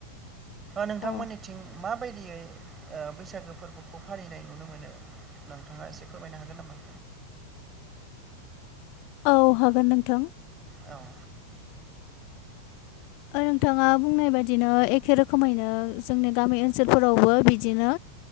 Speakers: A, on the right; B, on the left.
A: नोंथांमोननिथिं
B: औ
A: माबायदियै बैसागो फोरबोखौ फालिनाय नुनो मोनो। नोंथाङा एसे फोरमायनो हागोन नामा।
B: औ हागोन नोंथां।
A: औ
B: नोंथाङा बुंनाय बाददिनो एखे रोखोमैनो जोंनि गामि ओनसोलफोरावबो बिदिनो।